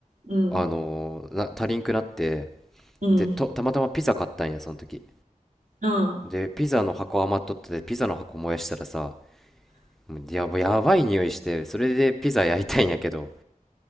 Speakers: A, on the right; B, in the centre.
A: うん。
B: あの、な、足りんくなって、
A: うん。
B: で、と、たまたまピザ買ったんや、その時。
A: うん。
B: で、ピザの箱余っとって、ピザの箱燃やしたらさ、もうやば、やばい匂いして、それでピザ焼いたんやけど、